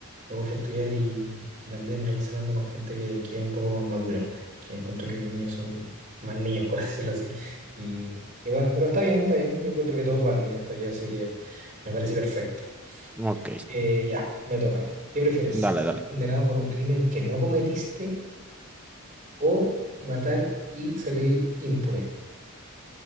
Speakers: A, on the right; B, in the centre.
A: me gusta estudiar y, y también relacionarme con gente que, que es un poco más madura, que encuentro que los niños son más niños, por <laughs> decirlo así. Y, y bueno, pero está bien, está bien, yo encuentro que todo es válido en esta vida, así que me parece perfecto.
B: ok,
A: Eh, ya, me toca. ¿Qué prefieres?
B: dale,
A: ¿Ser
B: dale.
A: condenado por un crimen que no cometiste o matar y salir impune?